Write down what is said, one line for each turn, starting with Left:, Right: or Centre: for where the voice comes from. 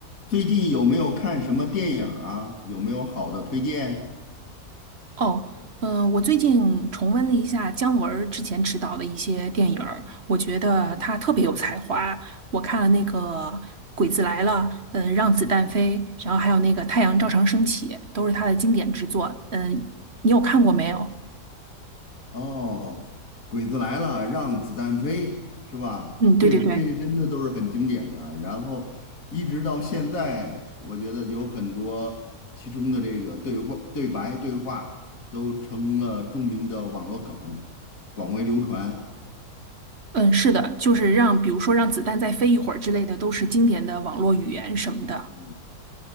Left: 最近有没有看什么电影啊？有没有好的推荐？
Right: 哦，嗯、我最近重温了一下姜文儿之前执导的一些电影儿，我觉得他特别有才华。我看了那个《鬼子来了》，嗯，《让子弹飞》，然后还有那个《太阳照常升起》，都是他的经典之作。嗯，你有看过没有？
Left: 哦，《鬼子来了》让子弹飞是吧？
Right: 嗯，对对对，
Left: 对，这些真的都是很经典的。然后一直到现在，我觉得有很多其中的这个对话、对白、对话都成了著名的网络梗，广为流传。
Right: 嗯，是的，就是让，比如说让子弹再飞一会儿之类的，都是经典的网络语言什么的。
Left: 嗯